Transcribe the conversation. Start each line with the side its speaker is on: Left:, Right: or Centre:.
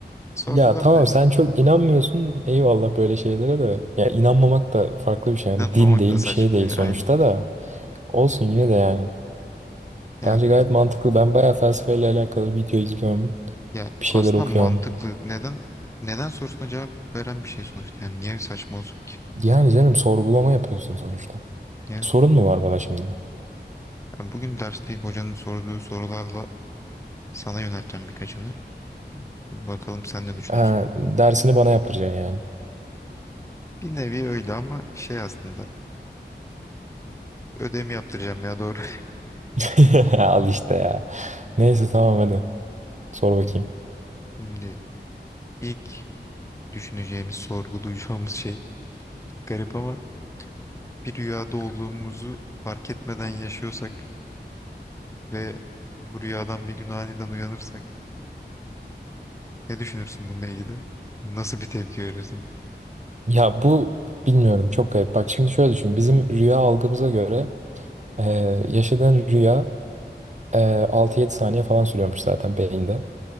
Left: sorgulama
Right: Ya tamam
Left: ya.
Right: sen çok inanmıyorsun eyvallah böyle şeylere de. Ya inanmamak da farklı bir şey yani
Left: İnanmamak
Right: din değil
Left: da saçma
Right: bir şey değil
Left: ya,
Right: sonuçta
Left: aynen.
Right: da. Olsun yine de yani.
Left: Ya,
Right: Bence gayet mantıklı. Ben bayağı felsefeyle alakalı video izliyorum.
Left: ya
Right: Bir şeyler
Left: aslında
Right: okuyorum.
Left: mantıklı. Neden neden sorusuna cevap veren bir şey sonuçta. Yani niye saçma olsun ki?
Right: Yani canım sorgulama yapıyorsun sonuçta.
Left: Yani
Right: Sorun mu var bana şimdi?
Left: ben bugün derste hocanın sorduğu sorularla sana yönelteceğim birkaçını. Bakalım sen ne düşünüyorsun?
Right: Ha, dersini
Left: Ya,
Right: bana yaptıracaksın yani.
Left: bir nevi öyle ama şey aslında Ödevimi yaptıracağım ya doğru.
Right: <laughs> Al işte ya. Neyse tamam hadi. Sor bakayım.
Left: <laughs> Şimdi ilk düşüneceğimiz, sorgulayacağımız şey garip ama bir rüyada olduğumuzu fark etmeden yaşıyorsak ve bu rüyadan bir gün aniden uyanırsak ne düşünürsün bununla ilgili? Nasıl bir tepki verirsin?
Right: Ya bu bilmiyorum çok garip. Bak şimdi şöyle düşün. Bizim rüya algımıza göre e, yaşadığın rüya e, 6-7 saniye falan sürüyormuş zaten beyinde.